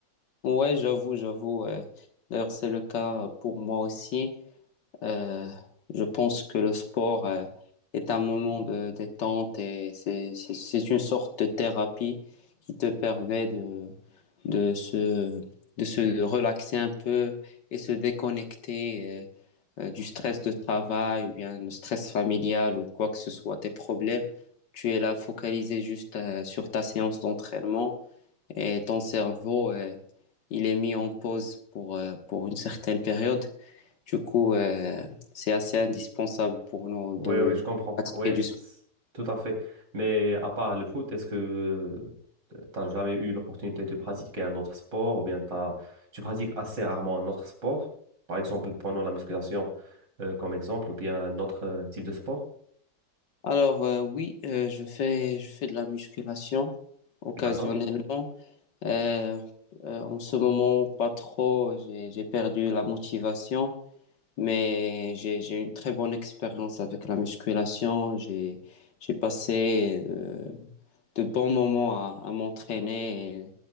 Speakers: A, on the left; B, on the right.
A: Ouais, j'avoue, j'avoue. euh, d'ailleurs, c'est le cas pour moi aussi. Euh, je pense que le sport euh, est un moment de détente et c'est c'est- c'est une sorte de thérapie qui te permet de, de se, de se relaxer un peu et se déconnecter euh, euh, du stress de travail ou bien le stress familial ou quoi que ce soit, tes problèmes. Tu es là focalisé juste euh, sur ta séance d'entraînement et ton cerveau, euh, il est mis en pause pour, euh, pour une certaine période. Du coup, euh, c'est assez indispensable pour nous
B: Ouais,
A: de
B: ouais, je comprends.
A: pratiquer
B: Ouais,
A: du sport.
B: c- tout à fait. Mais à part le foot, est-ce que t'as jamais eu l'opportunité de pratiquer un autre sport ou bien t'as, tu pratiques assez rarement un autre sport? Par exemple, prenons la musculation euh, comme exemple ou bien un autre euh, type de sport.
A: Alors, euh, oui, euh, je fais, je fais de la musculation occasionnellement.
B: D'accord?
A: Euh, euh, en ce moment, pas trop. J'ai, j'ai perdu la motivation, mais j'ai, j'ai une très bonne expérience avec la musculation. J'ai, j'ai passé euh, de bons moments à, à m'entraîner et